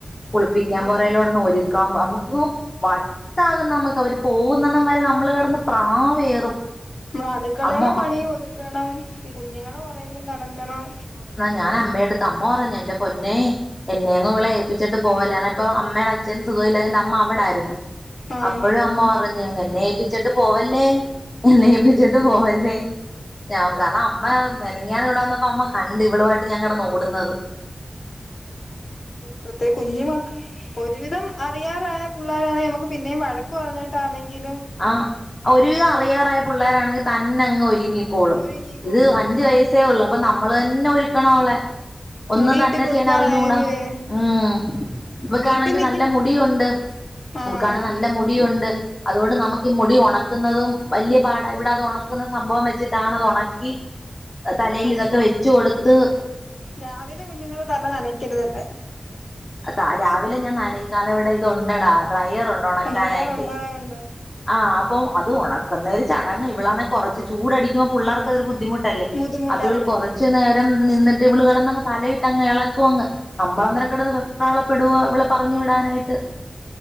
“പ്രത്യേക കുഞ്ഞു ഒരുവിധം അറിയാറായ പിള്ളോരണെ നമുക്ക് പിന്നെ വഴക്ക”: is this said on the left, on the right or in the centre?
Left